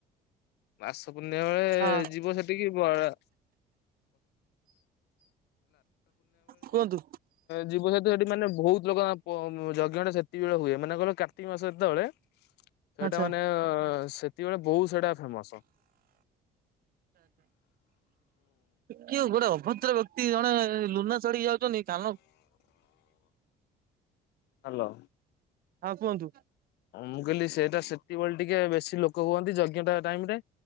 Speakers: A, on the left; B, on the right.
A: ରାସ ପୂର୍ଣ୍ଣିମା ବେଳେ
B: ହଁ
A: ଯିବ ସେଠ <unintelligible> ଏ
B: କୁହନ୍ତୁ
A: ଯିବ ସହିତୁ ସେଠି ମାନେ ବହୁତ ଲୋକ ଯଜ୍ଞଟା ସେତକିବେଳେ ହୁଏ ମାନେ କହିଲ କାର୍ତ୍ତିକ ମାସ ସେତେବେଳେ। ସେଇଟା
B: ଆଚ୍ଛା।
A: ମାନେ ସେତିବେଳେ ବହୁ ସେଇଟା ମାସ
B: କିଉ ଗୋଟେ ଅଭଦ୍ର ବ୍ୟକ୍ତି ଜଣେ ଲୁନା ଚଢି ଯାଉଛନ୍ତି କାନ
A: ହ୍ୟାଲୋ।
B: ହଁ କୁହନ୍ତୁ?
A: ମୁଁ କହିଲି ସେଇଟା ସେତିକିବେଳେ ଟିକେ ବେଶୀ ଲୋକ ହୁଅନ୍ତି ଯଜ୍ଞ ଟା ଟାଇମ ରେ।